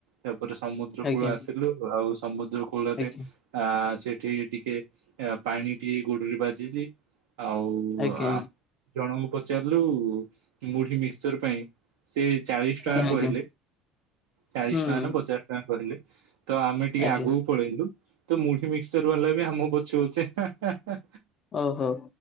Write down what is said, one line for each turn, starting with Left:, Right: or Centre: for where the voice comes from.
Right: ତାପରେ ସମୁଦ୍ର କୂଳ
Left: ଆଜ୍ଞା
Right: ଆସିଲୁ ଆଉ ସମୁଦ୍ର କୂଳରେ
Left: ଆଜ୍ଞା
Right: ଆ ସେଠି ଟିକେ ପାଣି ଟିକେ ଗୋଡରେ ବାଜିଚି ଆଉ
Left: ଆଜ୍ଞା ଆଜ୍ଞା
Right: ଆଉଜଣଙ୍କୁ ପଚାରିଲୁ ମୁଢି ମିକ୍ସଚର ପାଇଁ ସେ ଚାଳିଶ ଟଙ୍କା
Left: ଆଜ୍ଞା ଆଜ୍ଞା
Right: କହିଲେ ଚାଳିଶ
Left: ହୁଁ
Right: ଟଙ୍କା ନା ପଚାଶ କହିଲେ ତ ଆମେ ଟିକେ
Left: ଆଜ୍ଞା
Right: ଆଗୁକୁ ପଳେଇଲୁ ତ ମୁଢି ମିକ୍ସଚର ବାଲା ବି ଆମ ପଛେ ପଛେ ହା ହା ହା
Left: ଓହୋ।